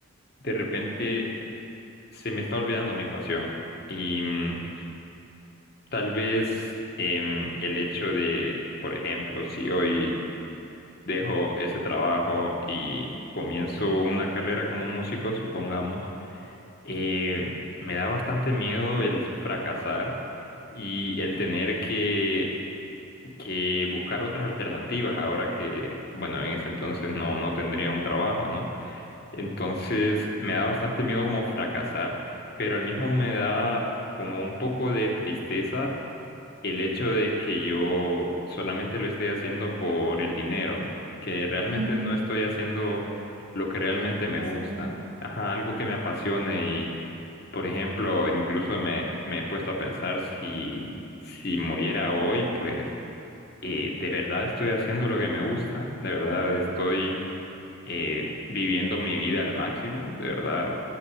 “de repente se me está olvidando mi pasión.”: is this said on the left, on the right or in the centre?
Left